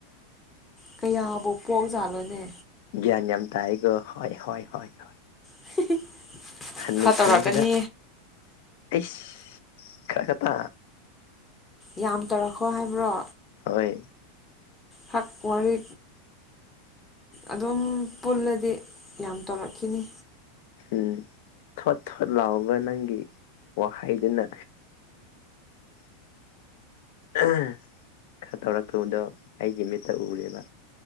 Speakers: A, on the left; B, on the left.
A: ꯀꯌꯥꯕꯨꯧ ꯄꯣꯛ ꯥꯠꯂꯣꯅꯦ
B: ꯭ꯌꯥꯟ ꯌꯥꯝꯝ ꯇꯒꯣ ꯍꯣꯏ ꯍꯣꯏ ꯍ ꯍ
A: <inaudible>
B: ꯍꯟꯅꯨ
A: ꯈꯔ ꯇꯧꯔꯛꯀꯅꯤ
B: ꯊꯪꯁꯤꯗ ꯑꯩꯁ ꯈꯔ ꯈ ꯇ
A: ꯌꯥꯝ ꯇꯧꯔꯛꯈꯣ ꯍꯥꯏꯕ꯭ꯔꯣ
B: ꯍꯣꯏ
A: ꯍꯥꯛ ꯀ ꯄꯨꯋꯥꯔ ꯑꯗꯨꯝ ꯄꯨꯜꯂꯗꯤ ꯌꯥꯝ ꯇꯧꯔꯛꯈꯤꯅꯤ
B: ꯎꯝ ꯊꯣꯠ ꯊꯣꯠ ꯂꯥꯎꯒ ꯅꯪꯒꯤ ꯋꯥꯍꯩꯗꯨꯅ <inaudible> ꯈꯔ ꯇꯧꯔꯛꯇꯕꯗꯣ ꯑꯩꯒꯤ ꯃꯤꯠꯇ ꯎꯔꯦꯕ